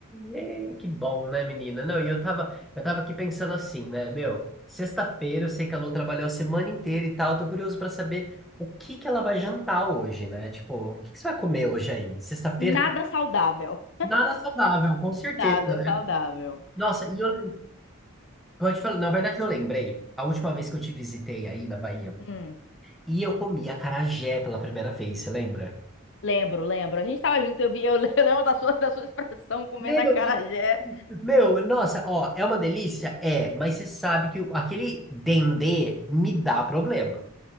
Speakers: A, in the centre; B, on the left.
A: É, que bom, né, menina? Não, e eu tava, eu tava aqui pensando assim, né, meu, sexta-feira, eu sei que a Lu trabalhou a semana inteira e tal, tô curioso pra saber o que que ela vai jantar hoje, né? Tipo, o que que você vai comer hoje aí? Sexta-feira,
B: Nada saudável.
A: nada saudável, com certeza,
B: Nada
A: né?
B: saudável.
A: Nossa, e eu vou te falar, na verdade eu lembrei, a última vez que eu te visitei aí na Bahia,
B: Hum,
A: e eu comi acarajé pela primeira vez, você lembra?
B: lembro, lembro. A gente tava junto, eu vi, eu <laughs> lembro da sua, da sua expressão comendo
A: Meu,
B: acarajé.
A: de- meu, nossa, ó, é uma delícia? É, mas você sabe que o- aquele dendê me dá problema.